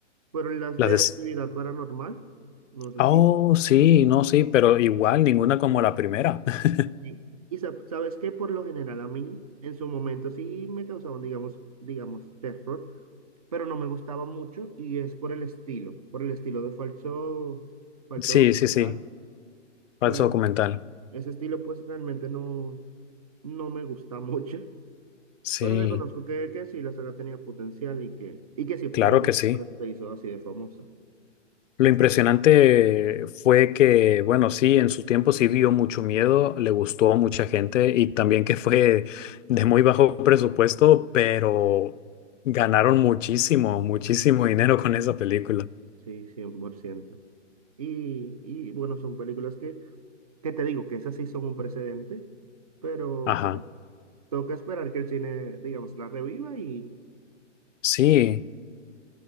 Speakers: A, on the right (about 35°); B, on the left (about 85°).
A: fueron las
B: Las
A: de
B: des...
A: actividad paranormal. No sé
B: Oh,
A: si.
B: sí, no, sí, pero igual ninguna como la primera. <laughs>
A: Sí. Y sab- sabes que por lo general a mí en su momento sí me causaban, digamos, digamos, terror, pero no me gustaba mucho y es por el estilo, por el estilo de falso, falso
B: Sí,
A: documental,
B: sí, sí. Falso
A: pues
B: documental.
A: ese estilo pues realmente no, no me gusta <laughs> mucho,
B: Sí,
A: pero reconozco que, que sí, la saga tenía potencial y que, y que sí fue
B: claro
A: muy buena,
B: que sí.
A: por eso se hizo así de famosa,
B: Lo impresionante fue que, bueno, sí, en su tiempo sí dio mucho miedo, le gustó a mucha gente y también que fue de muy bajo presupuesto, pero ganaron muchísimo, muchísimo dinero con esa película.
A: sí, cien por ciento Y, y bueno, son películas que, que te digo que esas sí son un precedente pero,
B: Ajá,
A: Tengo que esperar que el cine, digamos, la reviva y
B: sí.